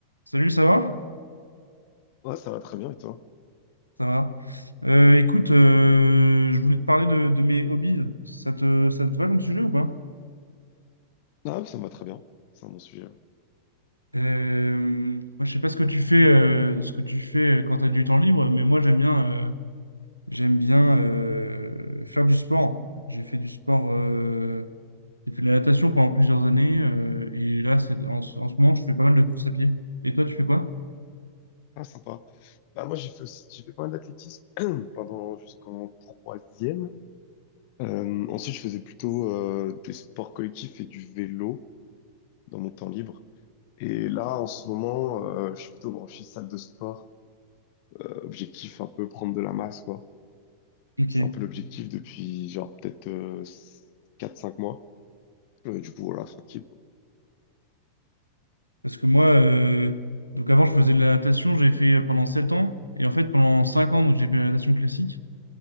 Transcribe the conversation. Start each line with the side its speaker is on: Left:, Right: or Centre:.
Right: Salut, ça va?
Left: Ouais, ça va très bien, et toi?
Right: Ça va. Euh, écoute, euh, je voulais te parler de, de mes hobbies. Ça te, ça te va comme sujet ou pas?
Left: Ah, oui, ça me va très bien. C'est un bon sujet.
Right: Euh, moi, je sais pas ce que tu fais, euh, ce que tu fais euh, quand tu as du temps libre, mais moi, j'aime bien, euh, j'aime bien euh, faire du sport. J'ai fait du sport, euh, j'ai fait de la natation pendant plusieurs années, euh, et là, c'est, en, ce en ce moment, je fais pas mal de courses à pied. Et toi, tu fais quoi?
Left: Ah, sympa. Bah, moi, j'ai fait aussi, j'ai fait pas mal d'athlétisme <clears throat> pendant jusqu'en troisième. Euh, ensuite, je faisais plutôt euh, des sports collectifs et du vélo dans mon temps libre. Et là, en ce moment, euh, je suis plutôt branché salle de sport. Euh, objectif un peu prendre de la masse, quoi.
Right: Ok.
Left: C'est un peu l'objectif depuis genre peut-être euh, 4-5 mois. Euh, du coup, voilà, tranquille, quoi.
Right: Parce que moi, euh, donc avant, je faisais de la natation, j'ai fait pendant 7 ans. Et en fait, pendant 5 ans, donc j'ai fait la natation classique.